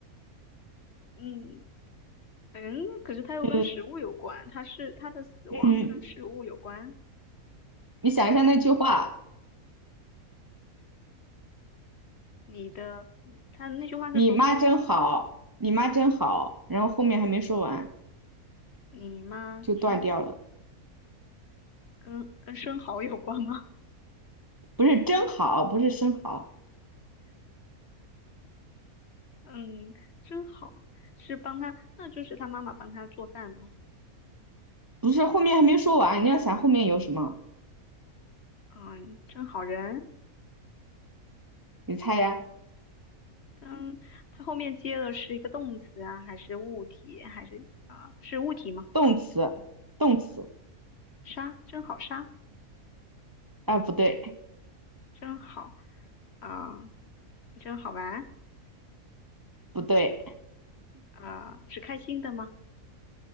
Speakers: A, on the left; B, on the right.
A: 嗯嗯，可是他又跟食物有关，
B: 嗯
A: 他是他的死亡跟食物有关。
B: 嗯，你想一下那句话，
A: 你的，他那句话是说
B: 你妈真好，你妈真好，然后后面还没说完
A: 你妈生
B: 就断掉了。
A: 跟跟生蚝有关吗？
B: 不是真好，不是生蚝。
A: 嗯，真好，是帮他，那就是他妈妈帮他做饭吗？
B: 不是，后面还没说完，你要想后面有什么？
A: 嗯，真好人。
B: 你猜呀，
A: 嗯，它后面接的是一个动词啊，还是物体，还是啊、是物体吗？
B: 动词，动词，
A: 杀，真好杀，
B: 啊，不对，
A: 真好啊、真好玩
B: 不对，
A: 啊、是开心的吗？